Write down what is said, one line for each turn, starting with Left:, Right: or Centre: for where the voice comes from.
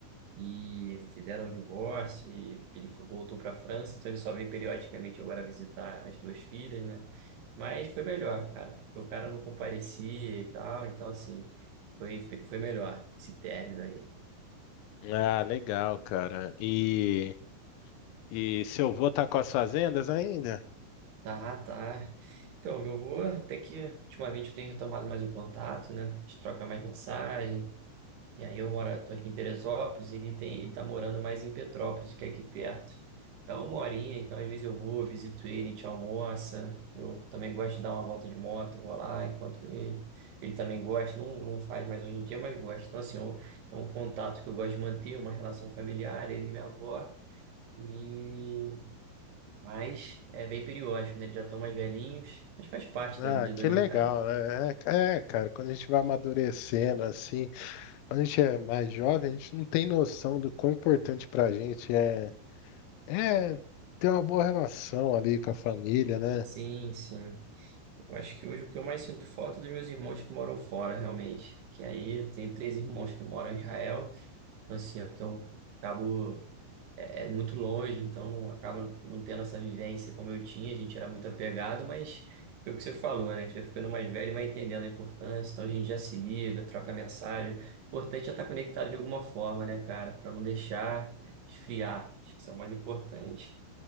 Right: e fizeram o divórcio, e ele fo- voltou para a França, então ele só vem periodicamente agora visitar as duas filhas, né? Mas foi melhor, cara, porque o cara não comparecia e tal, então assim, foi, foi, foi melhor esse término aí.
Left: Ah, legal, cara. E, e seu avô tá com as fazendas ainda?
Right: Tá, tá. Então, meu avô, até que ultimamente eu tenho retomado mais o contato, né? A gente troca mais mensagem. E aí eu moro, tô aqui em Teresópolis, e ele tem, ele tá morando mais em Petrópolis, que é aqui perto. Então, uma horinha, então às vezes eu vou, visito ele, a gente almoça. Eu também gosto de dar uma volta de moto, vou lá, encontro ele. Ele também gosta, não, não faz mais hoje em dia, mas gosta. Então, assim, é um, é um contato que eu gosto de manter, uma relação familiar, ele e minha avó. e mas é bem periódico, né? Eles já estão mais velhinhos, mas faz parte
Left: Ah,
Right: da vida,
Left: que
Right: né,
Left: legal,
Right: cara?
Left: né? É, é, cara, quando a gente vai amadurecendo assim, quando a gente é mais jovem, a gente não tem noção do quão importante pra gente é, é ter uma boa relação ali com a família, né?
Right: Sim, sim. Eu acho que hoje o que eu mais sinto falta é dos meus irmãos que moram fora, realmente. Que aí eu tenho três irmãos que moram em Israel. Então, assim, eu eu acabo. é é muito longe, então não acaba não tendo essa vivência como eu tinha, a gente era muito apegado, mas foi o que você falou, né? A gente vai ficando mais velho, e vai entendendo a importância, então a gente já se liga, troca mensagem. O importante é estar conectado de alguma forma, né, cara? Pra não deixar esfriar. Acho que isso é o mais importante.